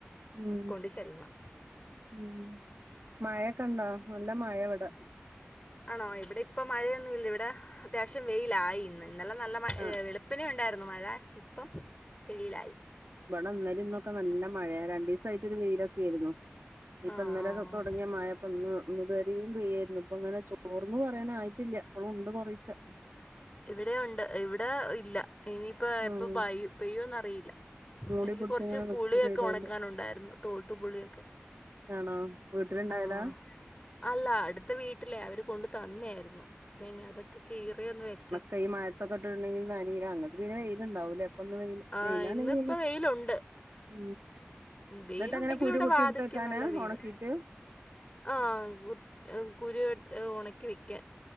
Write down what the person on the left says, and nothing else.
കൊണ്ട് ചെല്ലണം
ആണോ ഇവിടെ ഇപ്പ മഴയൊന്നുംല്ല ഇവിടെ അത്യാവശ്യം വെയിലായി ഇന്ന് ഇന്നെല്ലാം നല്ല മഴ
വെളുപ്പിനേ ഉണ്ടായിരുന്നു മഴ ഇപ്പം വെയിലായി
ആഹ്
ആഹ്
ഇവിടെ ഉണ്ട് ഇവിടെ ഇല്ല ഇനിയിപ്പോ
എപ്പ പായും പെയ്യോന്ന് അറിയില്ല
എനിക്ക്
കുറച്ച്
പുളിയൊക്കെ
ഉണക്കാനുണ്ടായിരുന്നു തോട്ടുപുളിയൊക്കെ
ആഹ് അല്ല അടുത്ത വീട്ടിലെയാ അവര് കൊണ്ട് തന്നയായിരുന്നു പിന്നെ അതൊക്കെ കീറിയൊന്ന് വയ്
ആഹ്
ഇന്നിപ്പോ
വെയിലുണ്ട്
വെയിലുണ്ടെങ്കിലും
ഇവിടെ
വാതയ്ക്ക്
നല്ല വെയില
ആഹ് കുരു എടുത്ത് ഉണക്കി വെക്കാൻ.